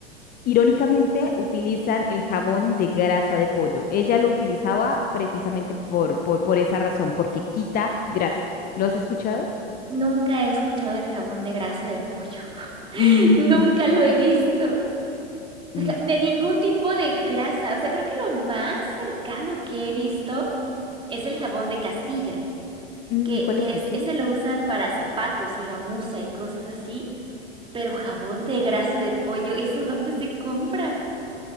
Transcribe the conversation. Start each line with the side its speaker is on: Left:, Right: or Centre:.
Left: Irónicamente, utilizan el jabón de grasa de pollo. Ella lo utilizaba precisamente por, por, por esa razón, porque quita grasa. ¿Lo has escuchado?
Right: <laughs> Nunca he escuchado del jabón de grasa de pollo.
Left: Ujú.
Right: <laughs> Nunca lo he visto. Deja-
Left: Mm,
Right: De ningún tipo de grasa. O sea, creo que lo más cercano que he visto es el jabón de Castilla.
Left: mm,
Right: que,
Left: ¿cuál
Right: que
Left: es
Right: es-
Left: ese?
Right: ese lo usan para zapatos y gamuza y cosas así, pero jabón de grasa de pollo, ¿eso dónde se compra?